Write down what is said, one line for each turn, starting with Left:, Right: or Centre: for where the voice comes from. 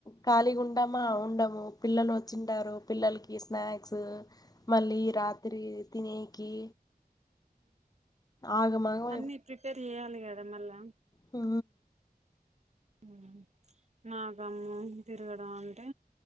Left: ఖాళీగా ఉంటామా? ఉండము. పిల్లలు వచ్చింటారు, పిల్లలకి స్నాక్స్ మళ్ళీ రాత్రి తినేకి ఆగమాగం
Right: అన్నీ ప్రిపేర్ చెయాలి కదా మళ్ళా
Left: ఆ
Right: ఉ నాకమ్మో తిరగడం అంటే,